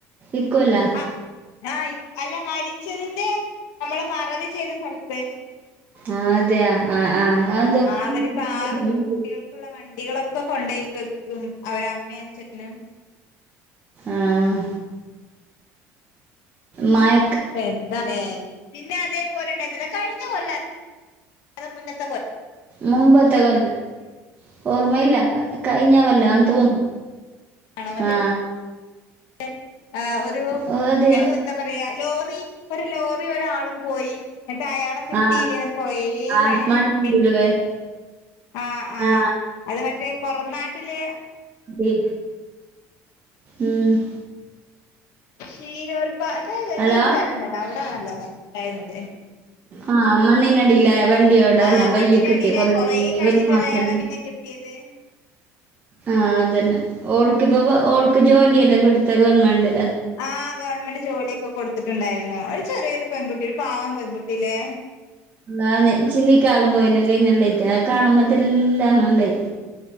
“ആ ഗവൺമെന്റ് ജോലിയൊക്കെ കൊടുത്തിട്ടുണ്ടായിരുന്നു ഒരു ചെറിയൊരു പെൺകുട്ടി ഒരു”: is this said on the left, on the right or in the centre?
Left